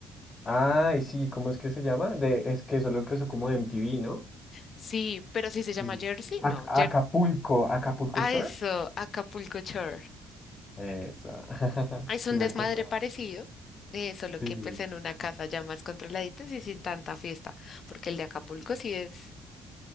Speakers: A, on the left; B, on the left.
A: Ay, sí, ¿cómo es que se llama? De, es que solo empezó como MTV, ¿no?
B: Sí, pero si se llama
A: Sí.
B: Jersey,
A: Ac-
B: no.
A: Acapulco,
B: Jer
A: Acapulco
B: ah,
A: Shore.
B: eso, Acapulco Shore.
A: Esa. <laughs>
B: Es un
A: Sí me
B: desmadre
A: acordaba.
B: parecido, eh, solo
A: Sí.
B: que pues en una casa ya más controladitas y sin tanta fiesta, porque el de Acapulco sí es,